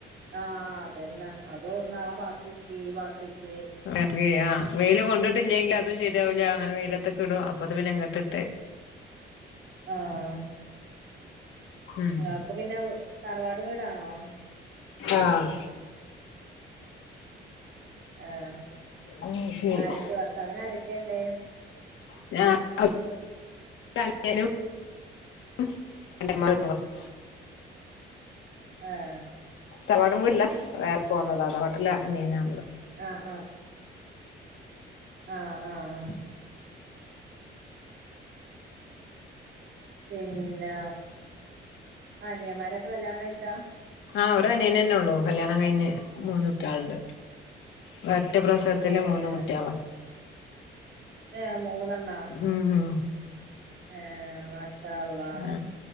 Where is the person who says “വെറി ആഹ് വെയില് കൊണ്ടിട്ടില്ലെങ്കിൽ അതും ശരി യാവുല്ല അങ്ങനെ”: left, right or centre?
Left